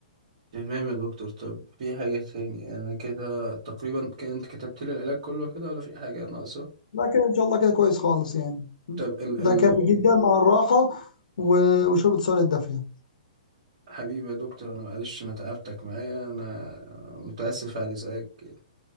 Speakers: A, on the right; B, on the left.
A: تمام يا دكتور طب في حاجة تاني أنا كده تقريبا ك- أنت كتبت لي العلاج كله كده ولا في حاجة ناقصة
B: لا كده ان شاء الله كده كويس خالص يعني
A: طب ال
B: ده
A: ال
B: كافي جدا مع الراحه و- وشرب السوائل الدافيه
A: حبيبي يا دكتور أنا معلش أنا تعبتك معايا أنا متأسف على إزعاجك